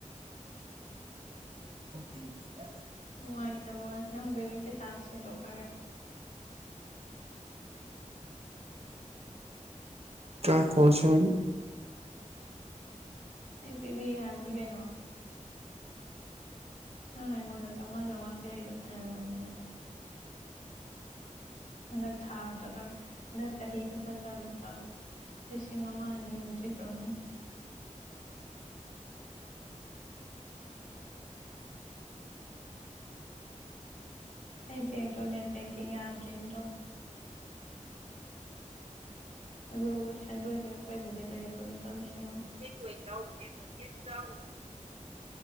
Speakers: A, on the right; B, on the left.
A: <unintelligible>
B: ꯅꯨꯡꯉꯥꯏꯇꯕꯣ ꯅꯪ ꯕꯦꯕꯤ ꯄꯩꯁꯥ ꯁꯦꯡꯗꯣꯛꯈ꯭ꯔꯒꯦꯔꯥ
A: ꯀꯌꯥ ꯀꯣꯁ
B: ꯑꯩ ꯄꯤꯕꯤꯒꯦ ꯍꯥꯏꯕꯅꯤ ꯀꯩꯅꯣ ꯅꯪꯅ ꯑꯩꯉꯣꯟꯗ ꯆꯝꯉꯥ ꯆꯝꯉꯥꯤꯔꯛꯏꯗ ꯐꯅꯌꯥꯝꯅꯌꯥꯝꯃꯅꯤ ꯍꯟꯗꯛ ꯊꯥꯗꯇꯪ ꯍꯟꯗꯛ ꯆꯍꯤꯗꯇꯇ ꯂꯨꯄꯥ ꯂꯤꯁꯤꯡ ꯑꯃ ꯑꯅꯤꯃꯨꯛꯇꯤ ꯁꯨꯔꯝꯃꯅꯤ ꯑꯩ ꯕꯦꯡꯇꯣ ꯅꯦꯠ ꯕꯦꯡꯀꯤꯡ ꯌꯥꯗ꯭ꯔꯦꯅ ꯇꯧꯕ ꯑꯗꯨ ꯁꯦꯟꯗꯣꯏꯕꯤꯔꯛꯄꯩꯕꯨꯗꯤ ꯂꯩꯕ ꯂꯨꯄꯥ ꯂꯤꯁꯤꯡ ꯑꯃ
A: <unintelligible>